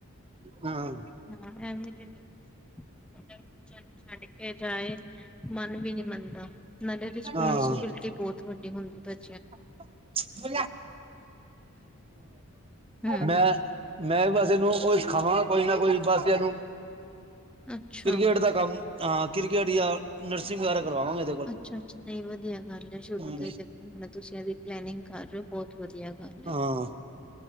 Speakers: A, on the right; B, in the centre.
A: ਹਾਂ
B: <unintelligible> ਏ ਜਾਏ ਮਨ ਵੀ ਨਹੀਂ ਮੰਨਦਾ ਨਾਲੇ ਰਿਸਪੋਂਸੀਬਿਲਟੀ
A: ਹਾਂ ਹੂੰ
B: ਬਹੁਤ ਵੱਡੀ ਹੁੰਦੀ ਬੱ
A: <unintelligible>
B: ਹਮ
A: ਮੈਂ ਮੈਂ ਬਸ ਇਹਨੂੰ ਉਹ ਸਿਖਾਵਾਂ ਕੋਈ ਨਾ ਕੋਈ ਬਸ ਇਹਨੂੰ
B: ਅੱਛਾ
A: ਕ੍ਰਿਕਟ ਦਾ ਕੰਮ ਹਾਂ ਕ੍ਰਿਕਟ ਜਾਂ ਨਰਸਿੰਗ ਵਗੈਰਾ ਕਰਵਾਵਾਂਗਾ ਇ
B: ਅੱਛਾ-ਅੱਛਾ ਨਹੀਂ ਵਧੀਆ ਗੱਲ ਹੈ ਸ਼ੁਰੂ
A: ਹੂੰ
B: ਤੋਂ ਦੇਖੋ ਤੁਸੀਂ ਇਹਦੀ ਪਲੈਨਿੰਗ ਕਰ ਰਹੇ ਹੋ ਬਹੁਤ ਵਧੀਆ ਗੱਲ ਏ।
A: ਹਾਂ